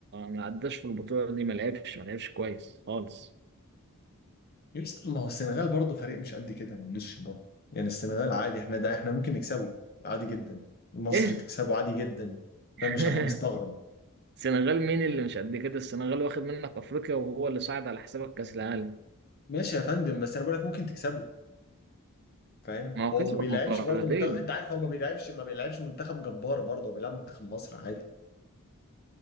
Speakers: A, on the right; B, on the left.
A: ما عداش في البطولة دي ما لعبش ما لعبش كويس خالص
B: يا اسطى ما هو السنغال برضه فريق مش قد كده معلش برضه يعني السنغال عادي احنا ده احنا ممكن نكسبه عادي جدا مصر
A: ايه
B: تكسبه عادي جدا فاهم
A: <laughs>
B: مش هبقى مستغرب
A: السنغال مين اللي مش قد كده السنغال واخد منك أفريقيا وهو اللي صعد على حسابك كأس العالم
B: ماشي يا فندم بس انا بقول لك ممكن تكسبه فاهم
A: ما هو
B: هو
A: كسبك
B: ما بيلعبش
A: مرتين
B: برضه منتخب انت عارف هو ما بيلعبش ما بيلعبش منتخب جبار برضه هو بيلعب منتخب مصر عادي